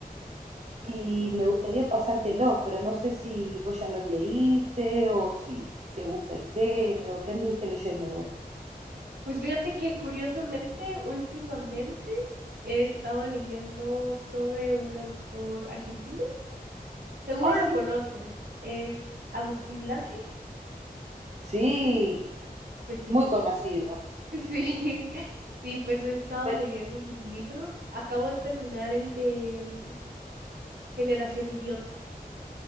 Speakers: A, on the right; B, on the right.
A: y me gustaría pasártelo, pero no sé si vos ya los leíste o si te gusta el género, ¿qué anduviste leyendo vos?
B: Pues fíjate que curiosamente, últimamente he estado leyendo sobre un autor argentino. Seguro
A: Ah, sí,
B: lo conoces, es Agustín Lange.
A: sí,
B: Pues sí,
A: muy conocido.
B: <laughs> sí, sí, pues he estado
A: Pe-
B: leyendo sus libros. Acabo de terminar el de mm, Generación Idiota.